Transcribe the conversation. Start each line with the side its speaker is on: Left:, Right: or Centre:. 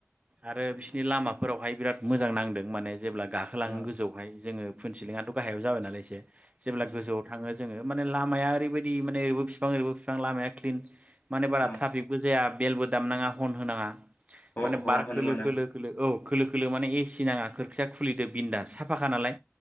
Right: आरो बिस नि लामाफोरावहाय बिराद मोजां नांदों माने जेब्ला गाखोलाङो
Left: अ
Right: गोजौआवहाय जोङो फुन सिलिङाथ' गाहायाव जाबाय नालाय एसे जेब्ला गोजौआव थाङो जोङो माने लामाया ओरैबायदि माने ओबो फि बिफां ओरैबो बिफां लामाया क्लिन माने बारा
Left: अ
Right: ट्राफिकबो जाया। बेलबो दामनाङा हन होनाङा।
Left: अ
Right: माने
Left: हरन
Right: बार
Left: होनो
Right: खोलो
Left: मोनो
Right: खोलो खोलो औ खोलो खोलो माने एसि नाङा। खोरखिया खुलिदो बिन्दास साफाखा नालाय।